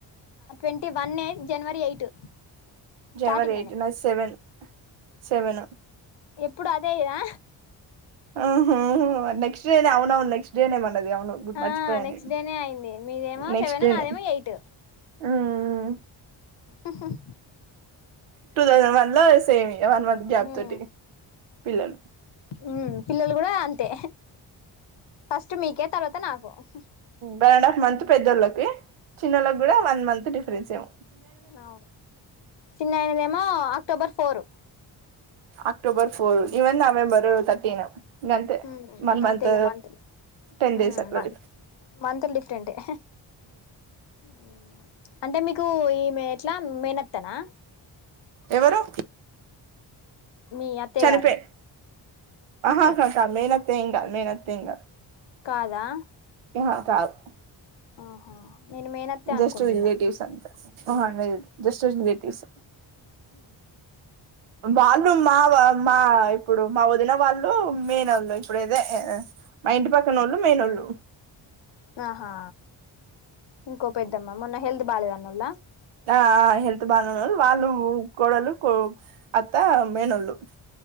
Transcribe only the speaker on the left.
twenty one ఏ జనవరి ఎయిట్
స్టార్టింగ్
లోనే
ఎప్పుడు అదే ఇదా
ఆ
నెక్స్ట్
డేనే అయింది మీదేమో
సెవెన్
నాదేమో ఎయిట్
ఉహుం
ఉమ్
ఉమ్ పిల్లలు కూడా అంతే ఫస్ట్ మీకే తర్వాత నాకు స
ఆ చిన్న అయితేనేమో అ October four
ఉమ్
అంతే
ఇగ మంత్లు
ఉమ్
మంత్లు డిఫరెంట్ ఏ ఉమ్ అంటే మీకు ఈ ఎట్లా మేనత్తనా
మీ అత్తయ్య
గారు
ఉహు
కాదా
ఆహా నేను మేనత్తే అనుకుంటున్నా
<inaudible>
ఆహా ఇంకో పెద్దమ్మా మొన్న హెల్త్ బాలేదనదిలా